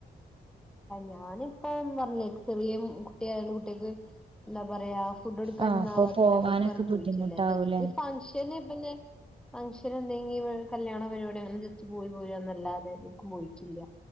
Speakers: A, in the centre; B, on the right (about 30°).
A: ഇഞാനിപ്പൊ പറഞ്ഞിലെ ചെറിയ കുട്ടിയായണ്ട് കുട്ടിയാക്ക്‌ ന്താ പറയാ ഫുഡ് എടുക്ക
B: ആഹ്
A: നൊന്നും
B: അപ്പൊ
A: ആവാതോണ്ട്
B: പോവാനൊക്കെ
A: എവിടേക്കും അങ്ങനെ പോയില്ല
B: ബുദ്ധിമുട്ടാവൂലേ
A: ജസ്റ്റ് ഫൻ പിന്നെ ഫംഗ്ഷൻ എന്തെങ്കി ഇ കല്യാണ പരിപാടി അങ്ങനെ ജെസ്റ് പോയി പോരാന്നല്ലാതെ പോയിട്ടില്ല